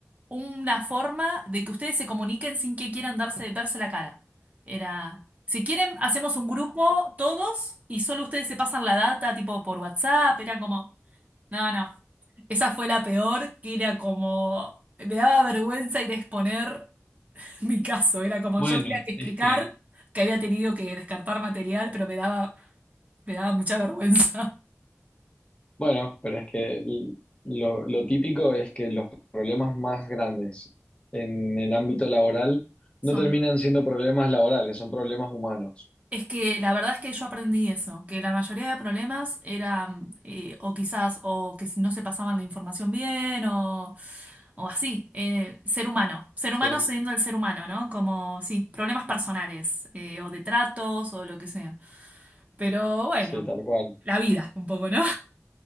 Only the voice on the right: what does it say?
una forma de que ustedes se comuniquen sin que quieran darse, verse la cara. Era, si quieren, hacemos un grupo todos y solo ustedes se pasan la data, tipo por WhatsApp. Era como, no, no. Esa fue la peor, que era como, me daba vergüenza ir a exponer. <laughs> Mi caso era como
yo tenía que explicar
que había tenido que descartar material, pero me daba, me daba mucha <laughs> vergüenza.
Son,
es que la verdad es que yo aprendí eso, que la mayoría de problemas eran eh, o quizás o que si no se pasaban la información bien o, o así, eh, ser humano, ser
humano siendo el ser humano, ¿no? Como, sí, problemas personales eh, o de tratos o lo que sea. Pero bueno,
la vida un poco, ¿no?